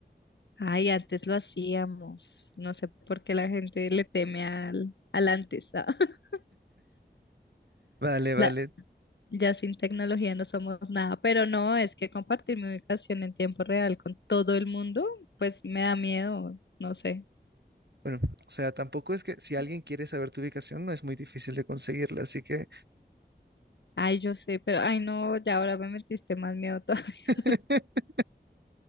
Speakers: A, on the left (about 80°); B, on the right (about 70°).
A: Ay, antes lo hacíamos. No sé por qué la gente le teme al, al antes. <laughs>
B: vale, vale.
A: La- Ya sin tecnología no somos nada, pero no, es que compartir mi ubicación en tiempo real con todo el mundo, pues me da miedo, no sé.
B: Bueno, o sea, tampoco es que si alguien quiere saber tu ubicación, no es muy difícil de conseguirla, así que,
A: Ay, yo sé, pero ay no, ya ahora me metiste más miedo todo. <laughs>
B: <laughs>